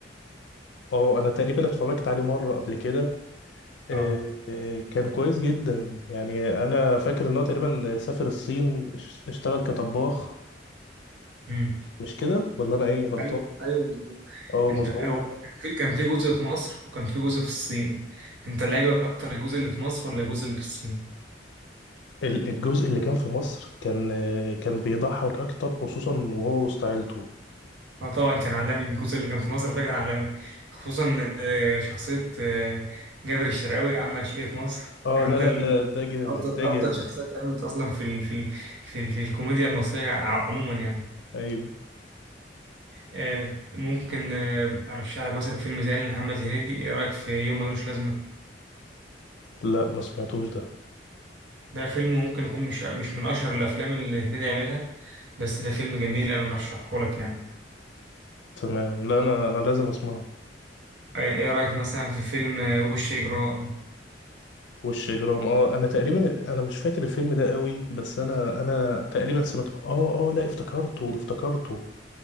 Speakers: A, on the left (about 75°); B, on the right (about 75°).
A: اه انا تقريبا اتفرجت عليه مرة قبل كده آه،
B: اه
A: آه، كان كويس جدا يعني انا فاكر ان هو تقريبا سافر الصين اش- اشتغل كطباخ
B: امم
A: مش كده ولا انا ايه غلطان
B: ايوه ايوه بالظبط.
A: اه
B: انت
A: مظبوط
B: هو كان في كان في جزء في مصر وكان في جزء في الصين انت اللي عجبك اكتر الجزء اللي في مصر ولا الجزء اللي في الصين
A: ال- الجزء اللي كان في مصر كان آه، كان بيضحك اكتر خصوصا وهو وسط عيلته
B: اه طبعا كان عالمي الجزء اللي كان في مصر ده كان عالمي خصوصا آه، شخصية آه، جابر الشرقاوي عم عشية مصر
A: اه
B: يعني
A: لا
B: ده
A: لا
B: ال-
A: ده ده جامد
B: أفضل
A: ده جامد
B: أفضل شخصيات اتعملت أصلا في ال في ال في, ال في الكوميديا المصرية ع- عموما يعني
A: ايوه
B: آه، ممكن آه، أرشح لك مثلا فيلم زي لمحمد هنيدي إيه رأيك في يوم ملوش لازمة
A: لا ما سمعتوش ده
B: ده فيلم ممكن يكون مش مش من أشهر الأفلام اللي هنيدي عملها بس ده فيلم جميل أنا أرشحه لك يعني
A: تمام لا انا انا لازم اسمعه
B: إيه إيه رأيك مثلا في فيلم آه، وش إجرام
A: وش اجرام اه انا تقريبا انا مش فاكر الفيلم ده قوي بس انا انا تقريبا سمعت اه اه لا افتكرته افتكرته